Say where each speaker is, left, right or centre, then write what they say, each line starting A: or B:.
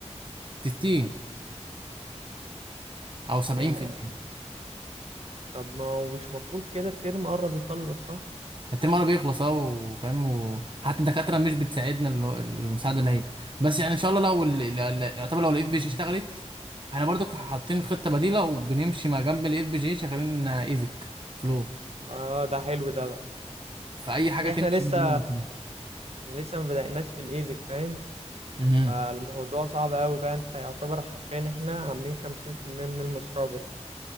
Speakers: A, on the right; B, on the right.
A: 60 او 70%
B: آه. طب ما هو مش مفروض كده الترم قرب يخلص صح
A: الترم الأول بيخلص اه وفاهم وحتى الدكاترة مش بتساعدنا اللي هو- المساعدة اللي هي بس يعني إن شاء الله لو ال- ال- ال- يعتبر لو الإف بي جي اشتغلت احنا برضو حاطين خطة بديلة وبنمشي ما جنب الإف بي جي شغالين إيزك فلو
B: اه ده حلو ده بقى
A: فأي
B: اصل
A: حاجة تمشي
B: احنا لسه
A: ما بين الاتنين
B: احنا لسه ما بدأناش في الايزك فاهم
A: مهم.
B: فالموضوع صعب قوي بقى انت يعتبر حرفيا احنا عاملين خمسين في المية من المشروع بس